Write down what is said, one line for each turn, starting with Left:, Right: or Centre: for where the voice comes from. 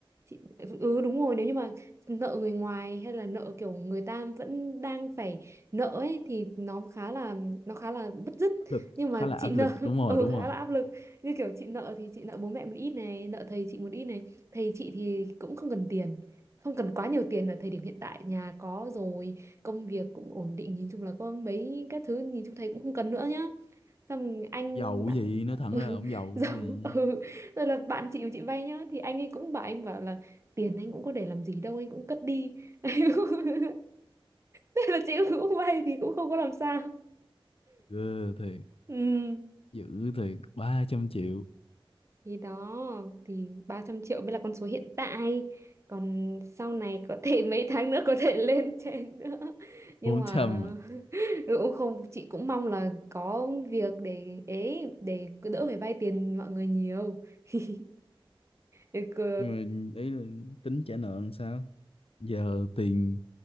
Right: Chị, ừ đúng rồi nếu như mà nợ người ngoài hay là nợ kiểu người ta vẫn đang phải nợ ấy thì nó khá là nó khá là bứt rứt
Left: áp lực
Right: nhưng mà
Left: khá là
Right: chị
Left: áp
Right: nợ
Left: lực
Right: <laughs>
Left: đúng rồi
Right: ừ
Left: đúng
Right: khá
Left: rồi
Right: là áp lực như kiểu chị nợ thì chị nợ bố mẹ một ít này nợ thầy chị một ít này thầy chị thì cũng không cần tiền không cần quá nhiều tiền ở thời điểm hiện tại nhà có rồi công việc cũng ổn định nhìn chung là có mấy các thứ nhìn chung thầy cũng không cần nữa nhá xong anh
Left: giàu
Right: bạn
Left: cái gì nói thẳng
Right: ừ,
Left: ra là ông
Right: <laughs>
Left: giàu
Right: giống
Left: cái gì
Right: ừ. rồi là bạn chị của chị vay nhá thì anh ấy cũng bảo anh bảo là tiền anh cũng có để làm gì đâu anh cũng cất đi <laughs> thế là chị cũng vay thì cũng không có làm sao
Left: ghê thiệt
Right: ừ.
Left: dữ thiệt ba trăm triệu
Right: Thì thì đó thì 300 triệu mới là con số hiện tại còn sau này có thể <laughs> mấy tháng nữa có thể lên trên nữa nhưng
Left: 400
Right: mà
Left: à
Right: <laughs> cũng không chị cũng mong là có việc để ấy để cứ đỡ phải vay tiền mọi người nhiều <laughs> Được, ờ,
Left: nhưng mà ý là tính trả nợ làm sao giờ tiền